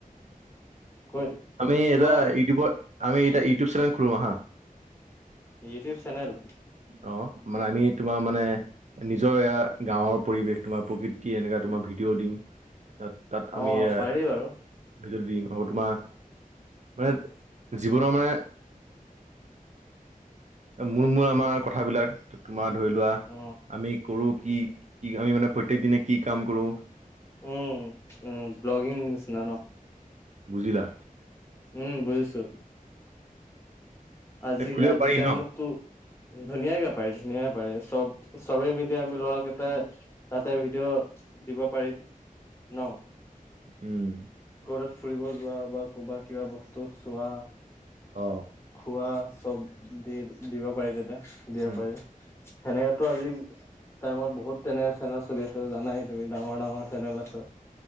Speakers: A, on the left; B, on the right.
A: কৈ
B: আমি এটা
A: কোৱা
B: ইউটিউবৰ আমি এটা ইউটিউব চেনেল খোলো আহা৷
A: ইউটিউব চেনেল?
B: অ মানে আমি তোমাৰ মানে নিজৰ এয়া গাঁওৰ পৰিৱেশ তোমাৰ প্ৰকৃতি এনেকুৱা- তোমাৰ ভিডিঅ' দিম ৷তাত তাত
A: অ
B: আমি এয়া
A: পাৰি বাৰু
B: ভিডিঅ দিম আকৌ তোমাৰ মানে জীৱনৰ মানে মূল মূল আমাৰ কথাবিলাক তোমাৰ ধৰি লোৱা
A: অ
B: আমি কৰো কি? কি আমি মানে প্ৰত্যেক দিনে কি কাম কৰো?
A: উম উম ব্লগিং নিচিনা ন?
B: বুজিলা?
A: উম বুজিছো৷ আজি
B: এ খুলিব
A: আজি
B: পাৰি
A: টাইমততো
B: ন
A: ধুনীয়াকে পায় ধুনীয়াাকে পাৰে৷ চব চবেই মিলি আমি ল'ৰাকেটাই তাতে ভিডিঅ' দিব পাৰিম৷ ন?
B: উম।
A: কবাত ফুৰিব যোৱা বা কবাত কিবা বস্তু চোৱা
B: অ।
A: খোৱা চব দি দিব পাৰি তাতে৷দিব
B: উম
A: পাৰি সেনেকে তো আজি টাইমত বহুত তেনেক চেনেল চলি আছে৷ জানাই তুমি ডাঙৰ ডাঙৰ চেনেল আছে৷